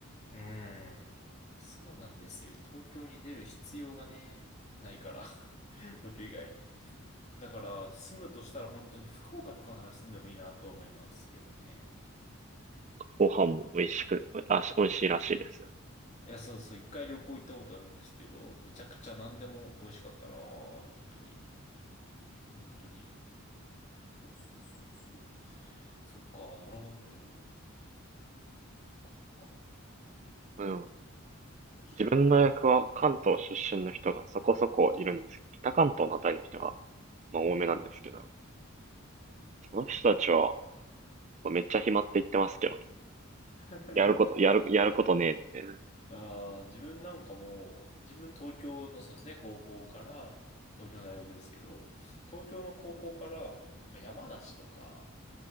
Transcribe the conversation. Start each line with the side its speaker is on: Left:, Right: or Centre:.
Left: うーん。そうなんですよ。東京に出る必要がね、ないから。<laughs> 東京以外に。だから、住むとしたら本当に福岡とかなら住んでもいいなと思いますけどね。
Right: ご飯も美味しく、らし、美味しいらしいですよ。
Left: いや、そうそう、一回旅行行ったことあるんですけど、めちゃくちゃ何でも美味しかったなぁ。本当に。本当に。そうそうそうそう。そっか、なるほどね。これか。
Right: でも
Left: 確かに。
Right: 自分の大学は関東出身の人がそこそこいるんです。北関東のあたりの人が、まあ、
Left: うん。
Right: 多めなんですけど、その人たちは、まあめっちゃ暇って言ってますけどね。
Left: <laughs>
Right: やること、やる、やることねえって。
Left: いやー自分なんかもう、自分東京のそうですね、高校から、東京の大学ですけど、東京の高校から、なんか山梨とか、